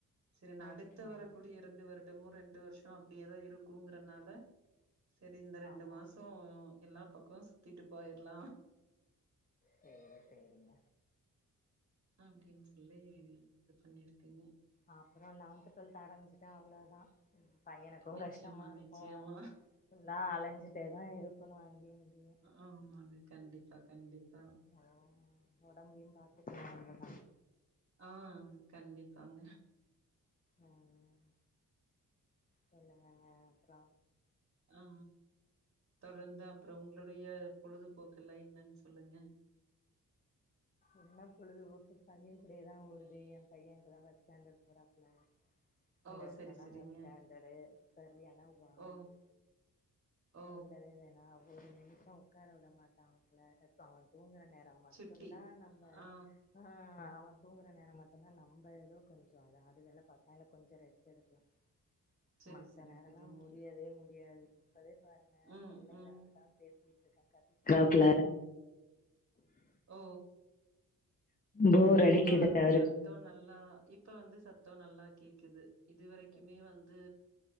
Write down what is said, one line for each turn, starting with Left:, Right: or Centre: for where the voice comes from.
Right: செரி அடுத்து
Left: ம் ம்
Right: வரக்கூடிய இரண்டு வருடமு ரெண்டு வருஷ அப்டியேதா இருக்குங்கறனால செரி இந்த ரெண்டு
Left: ஆமா
Right: மாச எல்லா பக்கமு சுத்திட்டு போயிர்லா
Left: செரி செரிங்க
Right: அப்டின்னு சொல்லி இது பண்ணிருக்குங்க
Left: அப்புற லெவன்த் டுவெல்த் ஆரம்பிச்சிட்டா அவ்வளோதா பையனுக்கு
Right: நிச்சயமா
Left: கஷ்டமா இருக்கு
Right: நிச்சயமா.
Left: ஃபுல்லா அலஞ்சுட் ட்டே தா இருக்கணு அங்கியு இங்கியு
Right: ஆமாங்க கண்டிப்பா கண்டிப்பா
Left: ஆ ஒடம்பையு பாத்துக்கணு நம்பதா
Right: ஆ கண்டிப்பாங்க
Left: ம் சொல்லுங்கங்க அப்ற
Right: ஆ தொடர்ந்து அப்ற உங்களுடைய பொழுதுபோக்கு எல்லா என்னன்னு சொல்லுங்க
Left: என்ன பொழுதுபோக்கு பைய கூடையேதா ஓடுது ஏ பைய இப்பதா ஃபஸ்ட் ஸ்டாண்டர்ட் போறாப்புல இந்த
Right: ஓ
Left: வருஷந்தா
Right: செரி செரிங்க
Left: ஃபஸ்ட் ஸ்டாண்டர்டு சரியான வாலு
Right: ஓ ஓ
Left: சொல்லவே வேணா ஒரு நிமிஷ உக்கார விட மாட்டா இல்ல இப்ப அவ தூங்குற நேரம் மட்டுந்தா
Right: சுட்டி
Left: நம்ம
Right: ஆ
Left: ஆ அவ தூங்குற நேர மட்டுந்தா நம்ப ஏதோ கொஞ்ச அதா அது வேல பாக்கலா இல்ல கொஞ்ச ரெஸ்ட் எடுக்கலா பிளாக்
Right: செரி
Left: மத்த
Right: செரி
Left: நேரல்லா
Right: செரிங்க
Left: முடியவே முடியாது இப்பவே பாருங்க
Right: ம்
Left: கொள்ளையில
Right: ம்
Left: வந்துதா பேச வீட்டுக்காரர் கத்றாப்ல
Right: ஓ
Left: போர்
Right: இப்ப
Left: அடிக்குது
Right: வந்து
Left: அவருக்கு
Right: சத்த நல்லா இப்ப வந்து சத்த நல்லா கேக்குது இதுவரைக்குமே
Left: இப்ப
Right: வந்து